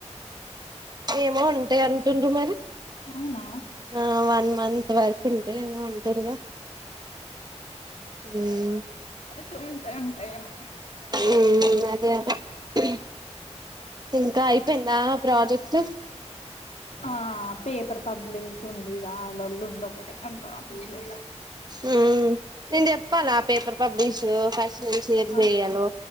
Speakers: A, on the right; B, on the left.
A: ఏమో ఉంటాయి అంటుండ్ర మరి
B: అవునా
A: ఆ వన్ మంత్ మంత్ వరకు ఉంటే ఏమో అంటుర్రుగా మ్మ్
B: అయితే ఉంటే ఉంటాయేమో
A: మ్మ్ అదే అదే ఇంకా అయి అయిపోయిందా ప్రాజెక్టు
B: ఆ పేపర్ పబ్లిష్ ఉంది ఇక ఆలోళ్ళు ఉంది ఒకటేబా పిచ్చలే
A: మ్మ్ నేను చెప్పాలా పేపర్ పబ్లిష్ ఫస్ట్ నుంచి ఎట్లా
B: ఆ
A: చేయాలో